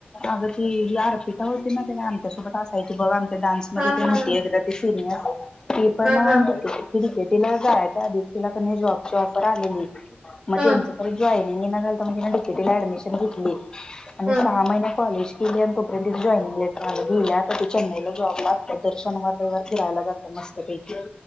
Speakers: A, on the left; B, on the right.
A: अग ती हि अर्पिता होती. ती माहिती आहे काय आमच्यासोबत असायची बघ आमच्या डान्समध्ये
B: हा
A: तेन
B: हा
A: हुती
B: हा
A: एकदा ती सिनियर ती पण
B: हा हा
A: डिकेटी डिकेटीला जायच्या आधी तिला क ने जॉबची ऑफर आलेली. म
B: हा
A: त्येचं तरं जोय े ना तम <inaudible> डी के ला ऍडमिशन घेतली आणि
B: हा
A: सहा महिने कॉलेज केली आणि तोपर्यंत तिच जॉईनिंग लेटर आल, ग गेल्या आता ती तेचेन्नईला जॉबला दर शनिवार रविवार खायला जातो मस्त पैकी